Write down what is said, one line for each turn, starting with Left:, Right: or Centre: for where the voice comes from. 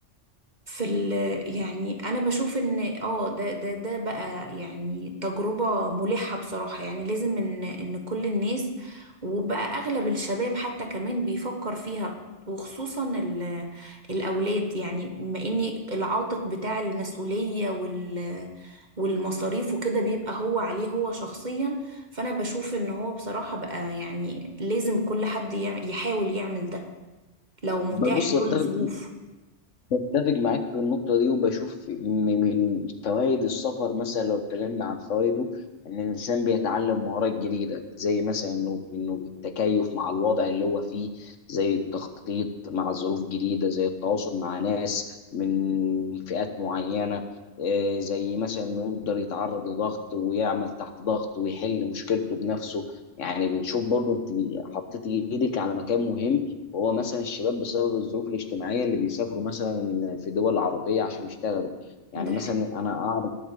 Right: في ال يعني انا بشوف ان اه ده ده ده بقى يعني تجربة ملحة بصراحة يعني لازم ان ان كل الناس وبقى اغلب الشباب حتى كمان بيفكر فيها وخصوصا ال- الاولاد يعني بما ان العاتق بتاع المسؤولية وال والمصاريف وكده بيبقى هو عليه هو شخصيا فانا بشوف ان هو بصراحة بقى يعني لازم كل حد يع- يحاول يعمل ده لو متاح
Left: بص
Right: له
Left: بتفق
Right: الظروف
Left: بتفق معاك في النقطة دي وبشوف إن من فوائد السفر مثلا لو اتكلمنا عن فوائده إن الإنسان بيتعلم مهارات جديدة زي مثلا إنه إنه التكيف مع الوضع اللي هو فيه زي التخطيط مع ظروف جديدة زي التواصل مع ناس من فئات معينة آه، زي مثلا إنه يقدر يتعرض لضغط ويعمل تحت ضغط ويحل مشكلته بنفسه يعني بنشوف برضه إنت حطيت إيدك على مكان مهم وهو مثلا الشباب بسبب الظروف الاجتماعية اللي بيسافروا مثلا في دول عربية عشان يشتغلوا يعني
Right: ده
Left: مثلا أنا أعرف